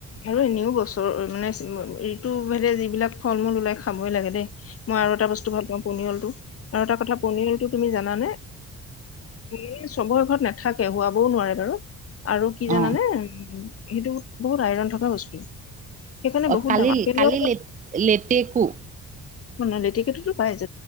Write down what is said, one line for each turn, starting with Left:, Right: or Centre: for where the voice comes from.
Left: আৰু এনেও বছৰ মানে ঋতু ভেদে যিবিলাক ফল মূল ওলাই খাবই লাগে দেই মই আৰু এটা বস্তু ভাল পাওঁ পনিয়াল টো আৰু এটা কথা পনিয়লটো তুমি জানানে? বুলিয়ে চবৰে ঘৰত নাথাকে শুৱাবও নোৱাৰে বাৰু। আৰু কি জানানে
Right: অ
Left: সেইটো বহুত আইৰন থকা বস্তু। সেইকাৰণে
Right: অহ,
Left: বহুত
Right: কালিলি
Left: দাম আপেলৰ
Right: - কালিলে- লেতেকো
Left: <unintelligible> লেতেকুটোতো পায় য